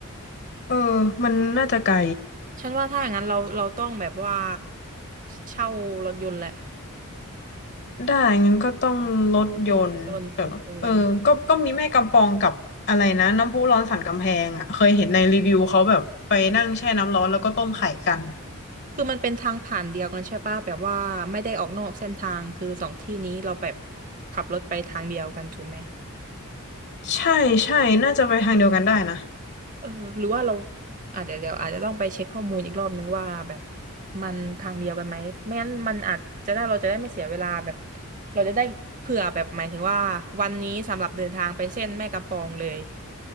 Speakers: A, on the left; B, on the right.
A: เออมันน่าจะไกล
B: ฉันว่าถ้าอย่างนั้นเราเราต้องแบบว่าเช่ารถยนต์แหละ
A: ได้งั้นก็ต้องรถยนต์แบบเออก็ก็มีแม่กำปองกับอะไรนะน้ำพุร้อนสันกำแพงอะเคยเห็นในรีวิวเขาแบบไปนั่งแช่น้ำร้อนแล้วก็ต้มไข่กัน
B: เป็นรถยนต์เออคือมันเป็นทางผ่านเดียวกันใช่ปะแบบว่าไม่ได้ออกนอกเส้นทางคือสองที่นี้เราแบบขับรถไปทางเดียวกันถูกไหม
A: ใช่ใช่น่าจะไปทางเดียวกันได้นะ
B: เออหรือว่าเราอาจจะเดี๋ยวอาจจะต้องไปเช็คข้อมูลอีกรอบนึงว่าแบบมันทางเดียวกันไหมไม่งั้นมันอาจจะได้เราจะได้ไม่เสียเวลาแบบเราจะได้เผื่อแบบหมายถึงว่าวันนี้สำหรับเดินทางไปเส้นแม่กำปองเลย